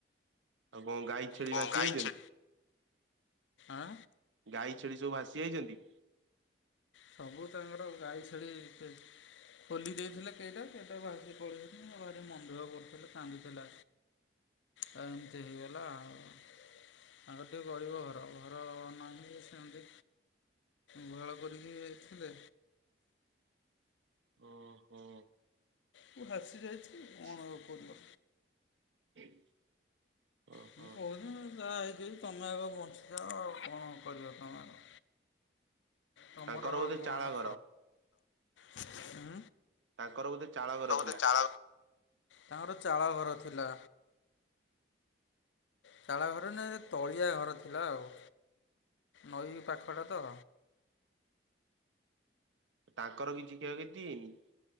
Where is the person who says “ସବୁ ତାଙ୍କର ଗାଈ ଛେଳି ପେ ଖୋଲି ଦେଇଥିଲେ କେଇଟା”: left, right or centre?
Left